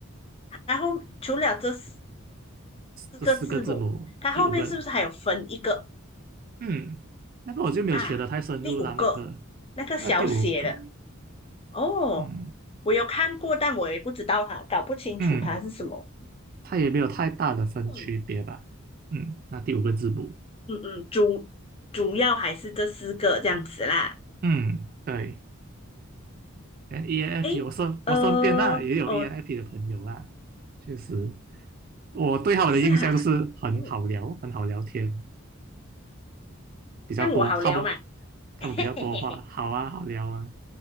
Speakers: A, on the left; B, on the right.
A: 然后除了这四
B: 这四个字母，
A: 个字母，它后面是不是还有分一个
B: 第五个，嗯，那个我就没有学的太深入了，
A: 啊？第五个那个小写的
B: 那个那第五个，
A: 哦，
B: 嗯
A: 我有看过，但我也不知道它，搞不清楚它是什么。
B: 嗯，它也没有太大的分区别吧。
A: 嗯，
B: 嗯，那第五个字母，
A: 嗯嗯，主主要还是这四个这样子啦。
B: 嗯，对。但 ENFP
A: 诶，
B: 我身我身边那也有
A: 呃，哦，
B: ENFP 的朋友啦，确实我对他们的印象就是很好聊，
A: 是哈，嗯，
B: 很好聊天比较多，
A: 这样我好聊嘛，
B: 他们
A: <laughs>
B: 他们比较多话，
A: 嘿嘿嘿嘿，
B: 好啊，好聊啊，